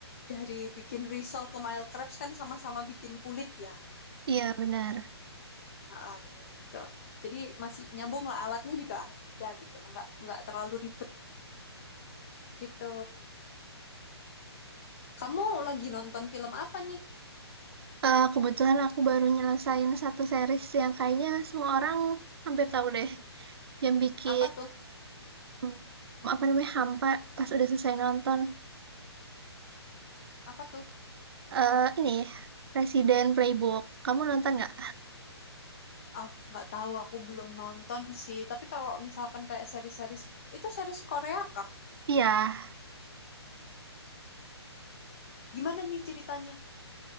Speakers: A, on the left (about 30°); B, on the right (about 60°).
A: dari bikin risol ke mild crepes kan sama-sama bikin kulit ya.
B: iya benar.
A: Ah, gitu. Jadi masih nyambung lah alatnya juga ada gitu loh. Nggak, nggak terlalu ribet gitu. Kamu lagi nonton film apa nih?
B: Eh, kebetulan aku baru nyelesain satu series yang kayaknya semua orang hampir tahu deh. Yang bikin,
A: Apa tuh?
B: hmm, apa namanya, hampa pas udah selesai nonton.
A: Apa tuh?
B: Eh, ini, Presiden Playbook. Kamu nonton nggak?
A: Oh, nggak tahu aku belum nonton sih. Tapi kalau misalkan kayak seri-seri itu series Korea kah?
B: Iya.
A: Gimana nih ceritanya?